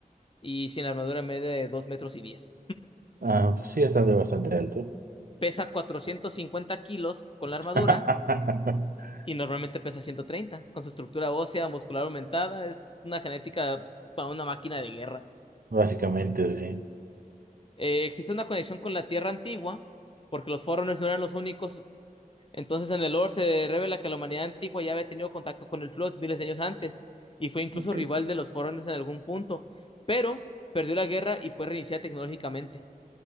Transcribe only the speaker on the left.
y sin armadura mide 2 metros y 10.
Pesa 450 kilos con la armadura
y normalmente pesa ciento treinta Con su estructura ósea muscular aumentada, es una genética para una máquina de guerra.
Eh, existe una conexión con la Tierra antigua, porque los Forerunners no eran los únicos. Entonces, en el lore se revela que la humanidad antigua ya había tenido contacto con el Flood miles de años antes, y fue incluso
rival de los Forerunners en algún punto, pero perdió la guerra y fue reiniciada tecnológicamente.